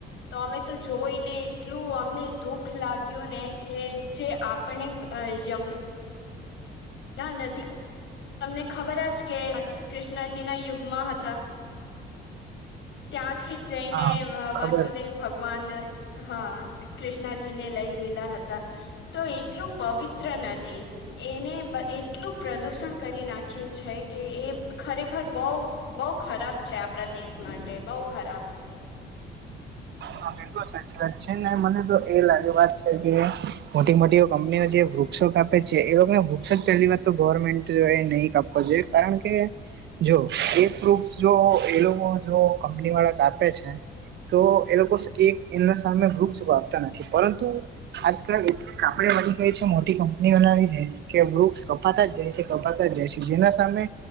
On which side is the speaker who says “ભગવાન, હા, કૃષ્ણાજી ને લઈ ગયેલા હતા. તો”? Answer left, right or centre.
Left